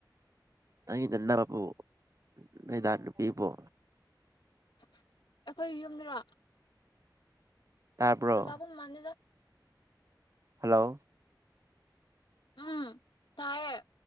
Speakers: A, on the right; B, on the left.
A: ꯑ ꯆꯗꯥ ꯄꯄꯨ ꯅꯗꯥ ꯄꯤꯕꯣ
B: ꯁꯦꯠ ꯁꯠ <inaudible> ꯑꯩꯈꯣꯏ ꯌꯨꯝꯗꯔꯣ
A: ꯇꯥꯕ꯭ꯔꯣ
B: ꯂꯕꯝ ꯃꯅꯤꯗ
A: ꯍꯜꯂꯣ
B: ꯎꯝ ꯇꯥꯏꯦ